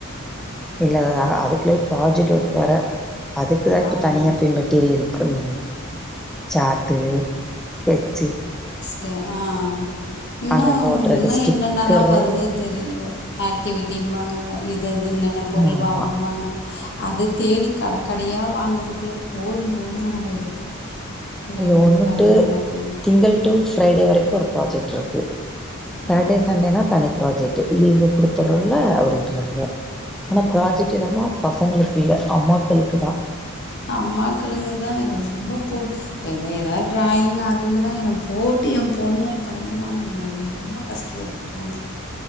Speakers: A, in the centre; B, on the left.
A: இல்ல இல்ல அதுக்குள்ளயே ப்ராஜெக்ட் ஒர்க் வேற அதுக்குதா இப்ப
B: ஆமா
A: தனியா போய் மெட்டீரியல் அப்புறம் சாட்டு ஸ்கெச்
B: ஸ்க் ஆ இன்னு
A: அங்கங்க ஒட்டுறக்கு
B: இன்னு
A: ஸ்டிக்கரு
B: என்னென்னல்லா வருதோ தெரியல ஆக்டிவிட்டி மாரி ஆ இ இது என்னென்ன பொருள்
A: ஆமா
B: வாங்குபாங்க அத தேடி கடைக்கடையா வாங்கறதுக்குள்ள போது போதுன்னு ஆயிடுது பிள்ளைங்களுக்கு
A: இது ஒன்னு
B: அந்த
A: டு
B: மாரி
A: திங்கள் டு ஃப்ரைடே வரைக்கு ஒரு ப்ராஜெக்ட் இருக்கு சட்டர்டே
B: ஆ
A: சண்டேனா தனி ப்ராஜெக்ட் லீவு குடுத்துரோல அப்பிடின்றாங்க ஆனா
B: ஆ
A: ப்ராஜெக்ட் என்னமோ பசங்களுக்கு இல்ல அம்மாக்களுக்கு தா
B: அம்மா கிழங்குதா ரொம்ப போ எதாது டிராயிங் அது இதுன்னா என்ன போட்டு ஏ பொண்ணு ஏ பையனு என்ன ரொம்ப கஷ்டப்படுத்திடுவாங்க